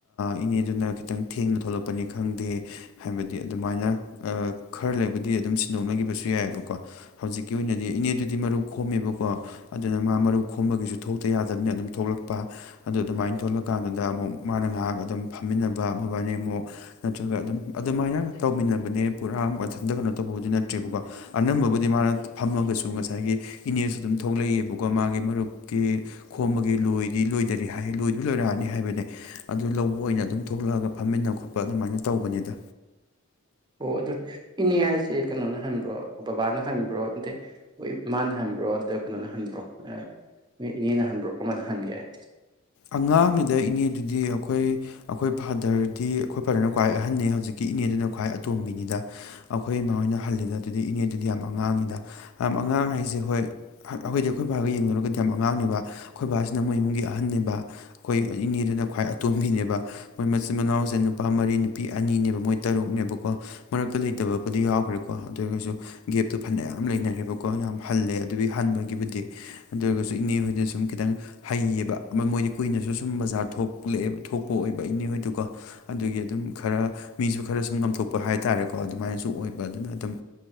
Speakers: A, on the left; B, on the right.
A: ꯏꯅꯦꯗꯨꯅ ꯈꯤꯇꯪ ꯊꯦꯡꯅ ꯊꯣꯛꯂꯛꯄꯅꯤ ꯈꯪꯗꯦ ꯍꯥꯏꯕꯗꯤ ꯑꯗꯨꯃꯥꯏꯅ ꯈꯔ ꯂꯩꯕꯨꯗꯤ ꯑꯗꯨꯝ ꯁꯤꯟꯗꯣꯛꯅꯈꯤꯕꯁꯨ ꯌꯥꯏꯑꯕꯀꯣ ꯍꯧꯖꯤꯛꯀꯤ ꯑꯣꯏꯅꯗꯤ ꯏꯅꯦꯗꯨꯗꯤ ꯃꯔꯨ ꯈꯣꯝꯃꯦꯕꯀꯣ ꯑꯗꯨꯅ ꯃꯥ ꯃꯔꯨ ꯈꯣꯝꯕꯒꯤꯁꯨ ꯊꯣꯛꯇ ꯌꯥꯗꯕꯅꯤꯅ ꯑꯗꯨꯝ ꯊꯣꯛꯂꯛꯄ ꯑꯗꯨ ꯑꯗꯨꯃꯥꯏꯅ ꯊꯣꯛꯣꯂꯀꯥꯟꯗꯨꯗ ꯑꯃꯨꯛ ꯃꯥꯅ ꯉꯥꯏꯍꯥꯛ ꯑꯗꯨꯝ ꯐꯝꯃꯤꯟꯅꯕ ꯃꯕꯥꯅꯤ ꯑꯃꯨꯛ ꯅꯠꯇ꯭ꯔꯒ ꯑꯗꯨꯝ ꯑꯗꯨꯃꯥꯏꯅ ꯇꯧꯃꯤꯟꯅꯕꯅꯦ ꯄꯨꯔꯥ ꯃꯊꯟꯇ ꯀꯩꯅꯣ ꯇꯧꯕꯕꯨꯗꯤ ꯅꯠꯇ꯭ꯔꯦꯕꯀꯣ ꯑꯅꯝꯕꯕꯨꯗꯤ ꯃꯥꯅ ꯐꯝꯃꯒꯁꯨ ꯉꯁꯥꯏꯒꯤ ꯏꯅꯦꯁꯨ ꯑꯗꯨꯝ ꯊꯣꯛꯂꯛꯏꯑꯕꯀꯣ ꯃꯥꯒꯤ ꯃꯔꯨꯞꯀꯤ ꯈꯣꯝꯕꯒꯤ ꯂꯣꯏꯗꯤ ꯂꯣꯏꯗꯔꯤ ꯂꯣꯏꯗꯤ ꯂꯣꯏꯔꯛꯑꯅꯤ ꯍꯥꯏꯕꯅꯦ ꯑꯗꯨ ꯑ ꯑꯣꯏꯅ
B: ꯎꯝ
A: ꯑꯗꯨꯝ ꯊꯣꯛꯂꯛꯑꯒ ꯐꯝꯃꯤꯟꯅ ꯈꯣꯠꯄ ꯑꯗꯨꯃꯥꯏꯅ ꯇꯧꯕꯅꯤꯗ
B: ꯑꯣ ꯑꯗꯨ ꯍꯥꯏꯁꯦ ꯀꯩꯅꯣꯅ ꯍꯪꯕ꯭ꯔꯣ ꯕꯕꯥꯅ ꯍꯪꯕ꯭ꯔꯣ ꯅꯠꯇꯦ ꯍꯣꯏ ꯃꯥꯅ ꯍꯟꯕ꯭ꯔꯣ ꯑꯗ ꯀꯩꯅꯣꯅ ꯍꯟꯕ꯭ꯔꯣ ꯅꯣꯏ ꯏꯅꯦꯅ ꯍꯟꯕ꯭ꯔꯣ ꯀꯔꯝꯥꯏꯅ ꯍꯟꯒꯦ
A: ꯑꯉꯥꯡꯉꯗ ꯏꯅꯦ ꯑꯗꯨꯗꯤ ꯑꯩꯈꯣꯏ ꯑꯩꯈꯣꯏ ꯐꯥꯗꯔꯗꯤ ꯑꯩꯈꯣꯏ ꯐꯥꯗꯔꯅ ꯈ꯭ꯋꯥꯏ ꯑꯍꯟꯅ ꯍꯧꯖꯤꯛꯀꯤ ꯏꯅꯦꯗꯨꯅ ꯈ꯭ꯋꯥꯏ ꯑꯇꯣꯝꯕꯤꯅꯤꯗ ꯑꯩꯈꯣꯏ ꯏꯃꯥꯣꯏꯅ ꯍꯜꯂꯤꯗ ꯑꯗꯨꯗꯤ ꯏꯅꯦꯗꯨꯗꯤ ꯌꯥꯝ ꯑꯉꯥꯡꯉꯤꯗ ꯌꯥꯝ ꯑꯉꯥꯡ ꯍꯥꯏꯁꯦ ꯍꯣꯏ ꯑꯩꯈꯣꯏꯗꯤ ꯑꯩꯈꯣꯏ ꯕꯥꯒ ꯌꯦꯡꯅꯨꯔꯒꯗꯤ ꯌꯥꯝ ꯑꯉꯥꯡꯅꯦꯕ ꯑꯩꯈꯣꯏ ꯕꯥꯁꯤꯅ ꯃꯣꯏ ꯏꯃꯨꯡꯒꯤ ꯑꯍꯟꯅꯦꯕ ꯑꯩꯈꯣꯏ ꯏꯅꯦꯗꯨꯅ ꯈ꯭ꯋꯥꯏ ꯑꯇꯣꯝꯕꯤꯅꯦꯕ ꯃꯣꯏ ꯃꯆꯤꯟ ꯃꯅꯥꯎꯁꯦ ꯅꯨꯄꯥ ꯃꯔꯤ ꯅꯨꯄꯤ ꯑꯅꯤꯅꯦꯕ ꯃꯣꯏ ꯇꯔꯨꯛꯅꯦꯕꯀꯣ ꯃꯔꯛꯇ ꯂꯩꯇꯕꯕꯨꯗꯤ ꯌꯥꯎꯈ꯭ꯔꯦꯀꯣ ꯑꯗꯨ ꯑꯣꯏꯔꯒꯁꯨ ꯒꯦꯞꯇꯨ ꯐꯅꯌꯥꯝ ꯂꯩꯅꯔꯦꯕꯀꯣ ꯌꯥꯝ ꯍꯜꯂꯦ ꯑꯗꯨꯒꯤ ꯍꯟꯕꯒꯤꯕꯨꯗꯤ ꯑꯗꯨ ꯑꯣꯏꯔꯒꯁꯨ ꯏꯅꯦ ꯍꯣꯏꯖꯤꯅ ꯁꯨꯝ ꯈꯤꯇꯪ ꯍꯩꯌꯦꯕ ꯑꯃ ꯃꯣꯏꯗꯤ ꯀꯨꯏꯅꯁꯨ ꯁꯨꯝ ꯕꯖꯥꯔ ꯊꯣꯛꯂꯛꯑꯦꯕ ꯊꯣꯛꯄ ꯑꯣꯏꯕ ꯏꯅꯤ ꯍꯣꯏꯗꯨꯒ ꯑꯗꯨꯒꯤ ꯑꯗꯨꯝ ꯈꯔ ꯃꯤꯁꯨ ꯈꯔ ꯁꯨꯝ ꯉꯝꯊꯣꯛꯄ ꯍꯥꯏꯇꯥꯥꯔꯦꯀꯣ ꯑꯗꯨꯃꯥꯏꯅꯁꯨ ꯑꯣꯏꯕ ꯑꯗꯨꯅ ꯑꯗꯨꯝ